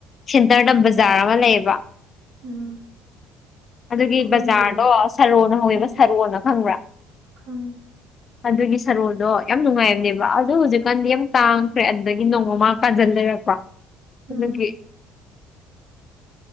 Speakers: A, on the left; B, on the right.
A: ꯁꯦꯟꯇꯔꯗ ꯕꯖꯥꯔ ꯑꯃ ꯂꯩꯌꯦꯕ
B: ꯎꯝ
A: ꯑꯗꯨꯒꯤ
B: ꯑꯍꯣꯡꯕꯗꯣ
A: ꯕꯖꯥꯔꯗꯣ ꯁꯔꯣꯅ ꯍꯧꯋꯦꯕ
B: ꯎꯝ
A: ꯁꯔꯣꯅ ꯈꯪꯕ꯭ꯔꯥ
B: ꯈꯪꯉꯦ
A: ꯑꯗꯨꯒꯤ ꯁꯔꯣꯜꯗꯣ ꯌꯥꯝ ꯅꯨꯡꯉꯥꯏꯕꯅꯦꯕ ꯑꯗꯣ ꯍꯧꯖꯤꯛꯀꯥꯟꯗꯤ ꯌꯥꯝ ꯇꯥꯡꯈ꯭ꯔꯦ ꯑꯗꯨꯗꯒꯤ ꯅꯣꯡꯃꯃꯥ ꯀꯥꯖꯟ ꯂꯩꯔꯛꯄ
B: ꯎꯝ
A: ꯑꯗꯨꯒꯤ